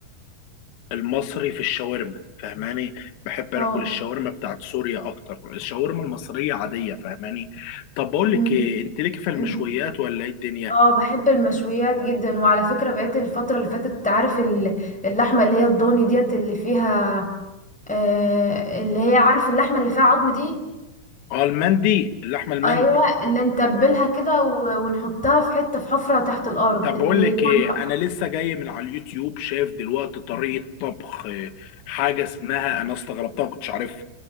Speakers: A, on the left (about 70°); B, in the centre.
A: المصري في الشاورما فاهماني بحب
B: اه
A: أكل الشاورما بتاعت سوريا أكتر الشاورما المصرية عادية فاهماني طب بقول لك
B: امم
A: إيه أنت ليك في المشويات
B: أمم.
A: ولا إيه الدنيا؟
B: اه بحب المشويات جدا وعلى فكرة بقيت الفترة اللي فاتت عارف ال- اللحمة اللي هي الضاني ديت اللي فيها آه اللي هي عارف اللحمة اللي فيها عظم دي
A: أه المندي اللحمة المندي
B: ايوه اللي نتبلها كده و- ونحطها في حتة في حفرة تحت الارض
A: طب
B: اللي
A: بقول لك
B: هو
A: ايه انا لسه جاي من على اليوتيوب شايف دلوقتي طريقه طبخ آه، حاجه اسمها انا استغربتها ما كنتش عارفها